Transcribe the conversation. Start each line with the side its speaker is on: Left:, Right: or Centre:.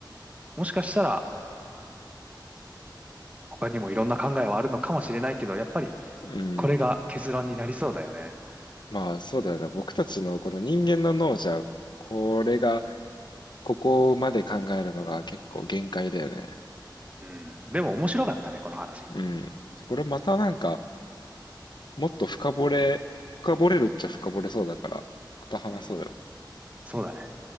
Right: もしかしたら、他にもいろんな考えはあるのかもしれないけど、やっぱり、
Left: うん。
Right: これが結論になりそうだよね。
Left: まあ、そうだよね。僕たちのこの人間の脳じゃ、これが、ここまで考えるのが結構限界だよね。
Right: うん。でも面白かったね、この話。
Left: うん。これまたなんか、もっと深掘れ、深掘れるっちゃ深掘れそうだから、また話そうよ。
Right: うん。そうだね。